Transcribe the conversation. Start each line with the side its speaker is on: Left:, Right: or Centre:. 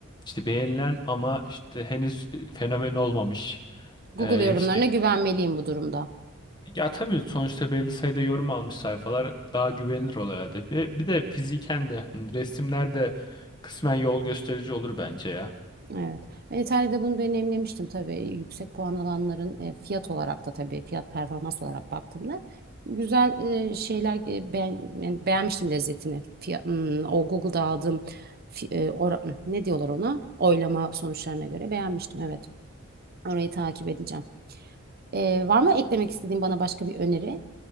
Left: işte beğenilen ama işte henüz fenomen olmamış.
Right: Google
Left: Ee,
Right: yorumlarına
Left: işte
Right: güvenmeliyim bu durumda.
Left: Ya tabii sonuçta belli sayıda yorum almış sayfalar daha güvenilir olur herhalde. Bir, bir de fiziken de hani resimler de kısmen yol gösterici olur bence ya.
Right: Evet. Ben İtalya'da bunu deneyimlemiştim tabii. Yüksek puan alanların e, fiyat olarak da tabii fiyat performans olarak baktığımda güzel e, şeyler e, beğen, yani beğenmiştim lezzetini. Fiyat, hmm, o Google'da aldığım fi- e, ora- ne diyorlar ona? Oylama sonuçlarına göre beğenmiştim evet. Orayı takip edeceğim. E, var mı eklemek istediğin bana başka bir öneri?